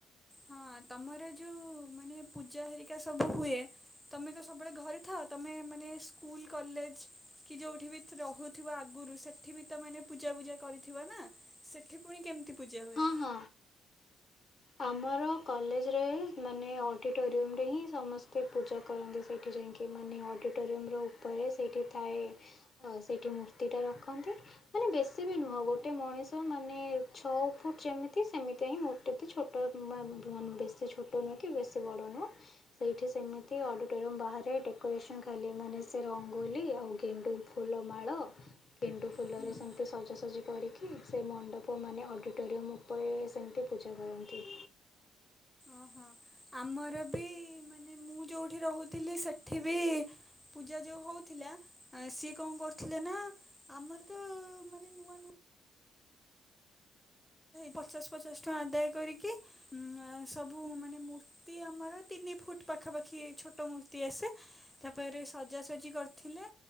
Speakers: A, in the centre; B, on the left.
A: ହଁ ତମର ଯୋଉ ମାନେ ପୂଜା ହେରିକା ସବୁ ହୁଏ ତମେ ତ ସବୁବେଳେ ଘରେ ଥାଅ। ତମେ ମାନେ ସ୍କୁଲ କଲେଜ କି ଯୋଉଠି ବି ରହୁଥିବ ଆଗରୁ ସେଠୀ ବି ତ ମାନେ ପୂଜା ପୂଜା କରିଥିବ ନା। ସେଠି ପୁଣି କେମିତି ପୂଜା ହୁଏ?
B: ହଁ ହଁ ଆମର କଲେଜରେ ମାନେ ଅଡ଼ିଟୋରିୟମ ରେ ହିଁ ସମସ୍ତେ ପୂଜା କରନ୍ତି। ସେଠୀ ଯାଇଁକି ମମି ଅଡିଟୋରୁମ୍ ଯୋଉ ଉପରେ ସେଇଠି ଥାଏ। ହଉ ସେଇଠି ମୂର୍ତ୍ତିଟା ରଖନ୍ତି। ମାନେ ବେଶୀ ବି ନୁହଁ ଗୋଟେ ମଣିଷ ମାନେ ଛଅ ଫୁଟ ଯେମିତି ସେମିତି ହିଁ ମୋଟେ ମତେ ଛୋଟ ବେଶୀ ଛୋଟ ନୁହେଁ କି ବେଶୀ ବଡ଼ ନୁହେଁ। ସେଇଠି ସେମିତି ଅଡ଼ିଟୋରିୟମ୍ ବାହାରେ ଡେକୋରେସନ୍ କଲେ, ମାନେ ସେଇ ରଙ୍ଗୋଲି ଓ ଗେଣ୍ଡୁ ଫୁଲମାଳ କେଣ୍ଡୁ ଫୁଲରେ
A: ହୁଁ
B: ସେମିତି ସଜାସଜି କରିକି କି ସେ ମଣ୍ଡପ ମାନ ଅଡ଼ିଟୋରିୟମ୍ ଉପରେ ସେମିତି ପୂଜା କରନ୍ତି।
A: ଓହୋ ଆମର ବି ମାନେ ମୁଁ ଯୋଉଠି ରହୁଥିଲି ସେଠି ବି ପୂଜା ଯୋଉ ହଉଥିଲା ସିଏ କଣ କରୁଥିଲେ ନା ଆମର ତ ମାନେ ନୂଆ ନୂଆ ପଚାଶ ପଚାଶ ଟଙ୍କା ଆଦାୟ କରିକି ସବୁ ମାନେ ମୁ ମୂର୍ତ୍ତି ଆମର ତିନି ଫୁଟ ପାଖାପାଖି ଛୋଟ ମୂର୍ତ୍ତି ଆସେ। ତାପରେ ସଜାସଜି କରିଥିଲେ